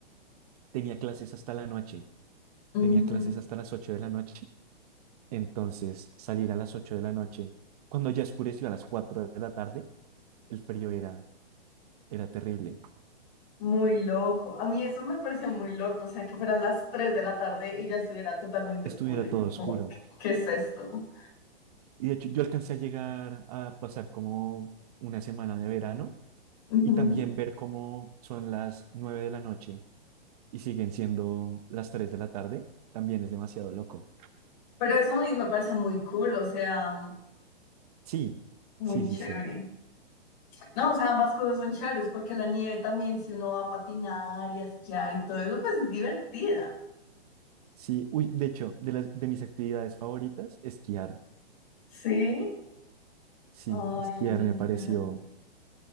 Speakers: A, on the right; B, on the left.
A: tenía clases hasta la noche.
B: Ujú,
A: Tenía clases hasta las ocho de la noche Entonces, salir a las 8 de la noche, cuando ya oscureció a las 4 de la tarde, el frío era, era terrible.
B: Muy loco. A mí eso me parecía muy loco, o sea, que fueran las 3 de la tarde y ya estuviera totalmente
A: Estuviera
B: oscuro.
A: todo oscuro.
B: ¿Qué es esto?
A: Y de hecho, yo alcancé a llegar a pasar como una semana de verano
B: Ujú.
A: y también ver cómo son las 9 de la noche y siguen siendo las 3 de la tarde, también es demasiado loco.
B: Pero eso a mí me parece muy cool, o sea,
A: Sí,
B: muy
A: sí,
B: chévere.
A: sí, sí.
B: No, o sea, ambas cosas son chéveres porque la nieve también, si uno va a patinar y a esquiar y todo eso, pues es divertida.
A: Sí, uy, de hecho, de las de mis actividades favoritas, esquiar.
B: Sí.
A: Sí,
B: Ay,
A: esquiar
B: me encanta.
A: me pareció